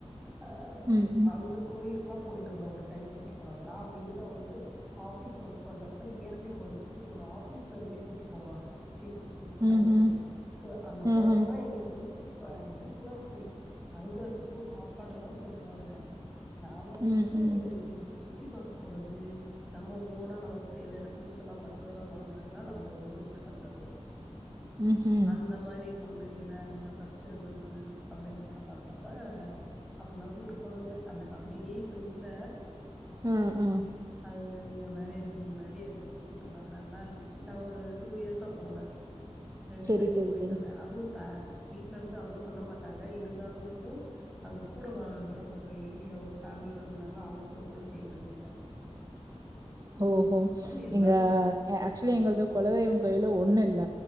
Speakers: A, in the centre; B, on the right (about 30°).
A: அ
B: ம்
A: அந்த கோயிலுக்குல்லா போயிட்டு வந்தோ ஒரு டைம் கூட்டு போனாங்க நா மெயினா வந்து ஆஃபீஸ்ல ஒர்க் பண்றப்ப இயர்லி ஒன்சு எங்க ஆஃபீஸ்ல இருந்தே கூட்டு போவாங்க சின் சின்
B: ம்
A: குற்றாலத்துக்கு
B: ம்
A: ல அங்க
B: ம்
A: போனாதா
B: ம்
A: எங்களுக்கு வந்து குவ இதுக்குல்லா ஃப்ரீ தங்குறதுக்கு சாப்பாடுல்லா குடுத்துருவாங்க நாங்க வந்து
B: ம் ம்
A: இந்த சுத்தி பாக்க போறது நம்ம ஓனா நம்மளுக்கு தேவையான திங்ஸ் எல்லாம் மத்ததெல்லா வாங்குறதுதா நம்ம ஓன் எக்ஸ்பென்சஸ்ஸு
B: ம் ம்
A: அந்த மாரி கம்பெனில இங்க ஃப்ஸ்ட்டு அந்த ஒரு கம்பெனில வேல பாக்குறா அப்ப அப்டில்லா கூட்டு போனாங்க அந்த கம்பெனியே இப்ப இல்ல
B: ம் ம்
A: அ எங்க மேரேஜக்கு முன்னாடி அங்க கூட்டு போனாங்க நல்லா இருந்துச்சு நா ஒரு டூ இயர்ஸா போன ரெண்டு
B: செரி
A: டைம்
B: செரி
A: போய்ட்டு
B: செரி
A: வந்த அதுவு ப்ப வீட்ல இருந்து அலோ பண்ண மாட்டாங்க இருந்தாலுமே அங்க கூட வ வேல பக்குற லேடி அவுங்க ஃபேமிலியோட வந்தாங்களா அவுங்க கூட போய் ஸ்ட்டே பண்ணிக்கிட்ட
B: ஓஹோ
A: எல்லாரு
B: எங்க
A: போறது
B: ஆக்சுவலி
A: ம்
B: எங்களது குலதெய்வோ கோயில்லு ஒண்ணு இல்ல